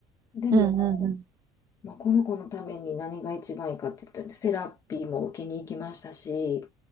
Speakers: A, on the left; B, on the right.
A: でも、
B: うん、うん、うん。
A: まあ、この子のために何が一番いいかって言ったら、セラピーも受けに行きましたし、